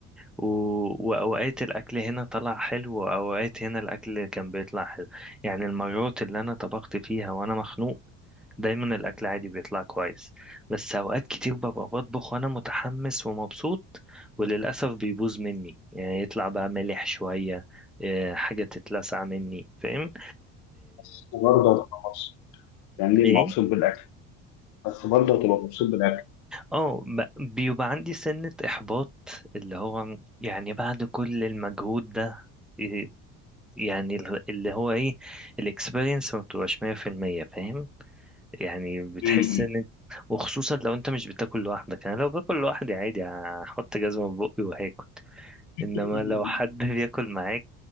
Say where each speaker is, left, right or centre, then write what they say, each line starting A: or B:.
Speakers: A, in the centre; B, on the left (about 75°).
A: و... واوقات الاكل هنا طلع حلو واوقات هنا الاكل كان بيطلع حلو يعني المرات اللي انا طبخت فيها وانا مخنوق دايما الاكل عادي بيطلع كويس بس اوقات كتير ببقى بطبخ وانا متحمس ومبسوط وللاسف بيبوظ مني يعني يطلع بقى مالح شوية إيه، حاجة تتلسع مني فاهم
B: بس برضه هتبقى مبسوط يعني
A: إيه،
B: مبسوط بالاكل بس برضه هتبقى مبسوط بالاكل
A: اه ب- بيبقى عندي سنة إحباط اللي هو يعني بعد كل المجهود ده إيه، يعني ال- اللي هو ايه الاكسبيرينس ما بتبقاش 100% فاهم يعني بتحس
B: امم
A: ان وخصوصا لو انت مش بتاكل لوحدك انا لو باكل لوحدي عادي هحط جزمة في بقي وهاكل
B: <laughs>
A: انما لو حد <laughs> بياكل معايا